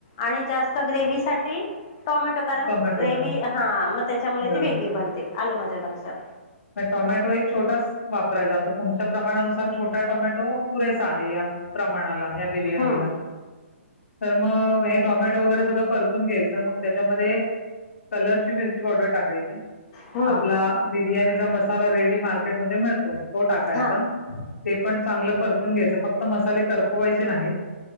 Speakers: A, on the left; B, on the left.
A: आणि जास्त ग्रेवी साठी टोमॅटो कारण
B: टोमॅटो
A: ग्रेवी
B: पण
A: हा मग त्याच्यामुळे
B: बरोबर.
A: ती वेगळी बनते आलं माझ्या लक्षात.
B: म टोमॅटो एक छोटाच वापरायचा आता तुमच्या प्रमाणानुसार छोटा टोमॅटो पुरेसा आहे या प्रमाणाला या बिर्याणीला
A: हम्म
B: तर मग हे टोमॅटो वगैरे सगळं परतून घ्यायच मग त्याच्यामध्ये कलर. मिरची पावडर टाकायची.
A: हम्म
B: आपला बिर्याणीचा मसाला रेडी मार्केटमध्ये मिळतो तो टाकायचा
A: हा
B: ते पण चांगलं परतून घ्यायचं फक्त मसाले करपवायचे नाहीत.